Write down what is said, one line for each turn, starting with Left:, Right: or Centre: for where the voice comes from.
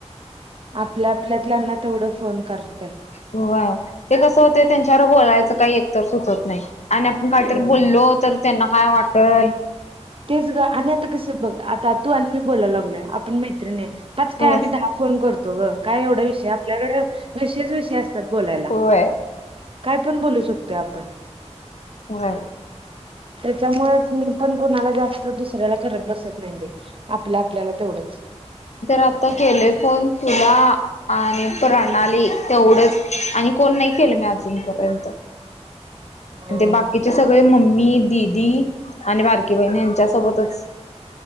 Right: आपल्या आपल्यात ल्याना तेवढं फोन करतय.
Left: होय ते कसं होतय त्यांच्यावर बोलायचं काय एकतर सुचत नाही आणि आपण कायतर
Right: होय
Left: बोल्लो तर. त्यांना काय वाटल?
Right: तेच ग आणि आता कस बघ आता तू आणि मी बोलाय लागलोय आपण मैत्रिणीआय. पाच
Left: होय.
Right: काय आम्ही दहा फोन करतो ग काय एवढा विषय आपल्याकड तसेच विषय असता. असतात बोलायला
Left: होय.
Right: काय पण बोलू शकतोय आपण.
Left: होय.
Right: त्यामुळच मी पण कुणाला जास्त दुसऱ्याला करत बसत नाइ बाई आपल आपल्याला तेवढंच.
Left: आत्ता केलोय फोन. तुला आणि प्रणाली तेवढंच आणि कोण नाही केलं मी अजून पर्यंत.
Right: दहा
Left: ते बाकीचे सगळे मम्मी. दीदी आणि बारकी बहिण यांच्या सोबतच.